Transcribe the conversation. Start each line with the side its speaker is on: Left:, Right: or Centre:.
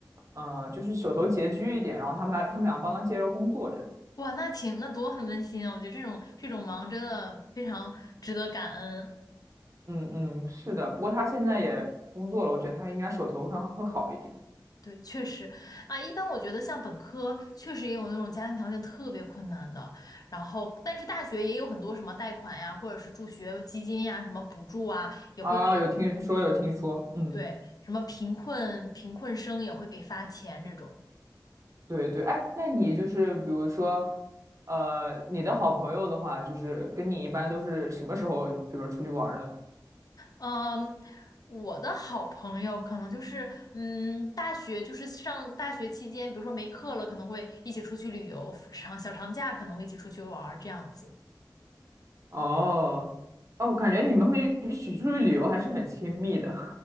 Right: 呃，就是手头拮据一点，然后他们还他们俩帮他介绍工作着。
Left: 哇，那挺，那多很温馨啊！我觉得这种这种忙真的非常值得感恩。
Right: 嗯嗯，是的，不过他现在也工作了，我觉得他应该手头上会好一点。
Left: 对，确实啊，一般我觉得像本科确实也有那种家庭条件特别困难的，然后但是大学也有很多什么贷款呀，或者是助学基金呀，什么补助啊，也会给，
Right: 啊，有听说有听说，嗯，
Left: 对，什么贫困贫困生也会给发钱这种。
Right: 对对，哎，那你就是比如说，呃，你的好朋友的话，就是跟你一般都是什么时候，比如说出去玩儿呢？
Left: 嗯，我的好朋友可能就是，嗯，大学就是上大学期间，比如说没课了，可能会一起出去旅游，长小长假可能会一起出去玩儿这样子。
Right: 哦，哦，我感觉你们会一起出去旅游还是很亲密的。